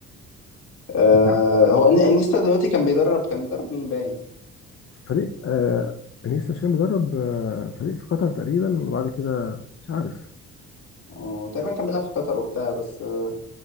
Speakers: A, on the left (about 65°); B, on the left (about 45°).
A: آه
B: انت
A: هو إني- انيستا دلوقتي كان بيدرب كان بيدرب مين باين؟
B: فريق آه انيستا مش كان بيدرب آه فريق في قطر تقريبا وبعد كده مش عارف
A: اه تقريبا كان بيلعب في قطر وبتاع بس آه،